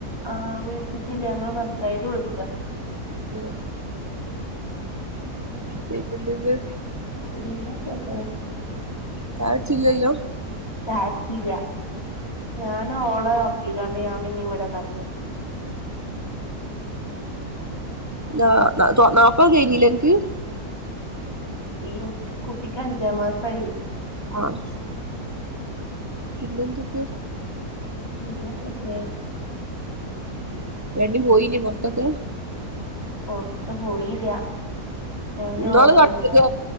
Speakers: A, on the left; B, on the right.
A: ആഹ് വിളിച്ചിട്ടില്ല ഞങ്ങള് ഫസ്റ്റ് ആയിട്ട് വിളിക
B: ആഹ പിന്നെ എന്തൊക്കെ
A: പിന്നെ എന്തൊക്കെ
B: ചായ കുട്ടിച്ചില്ലല്ലോ
A: ചായ ച്ചീല്ല ഞൻ ഓള ഉറക്കിക്കാണ്ട് ഞാൻ പിന്നെ ഇവിടെ കടന്നു
B: ന്ന നാപ്പ കഴിഞ്ഞില്ല അണക്ക്
A: ഈ കുട്ടിക്ക് അഞ്ചാം മാസമായി
B: ആഹ് പിന്നെന്തൊക്കെ
A: പിന്നെ എന്തൊക്കെ
B: രണ്ട് പോയില്ലെ പോറത്ത്ക്ക്
A: പോറത്ത് പോയില്ല ഒന്
B: ഇന്നാള്
A: <unintelligible>
B: കണ്ടില്ലേ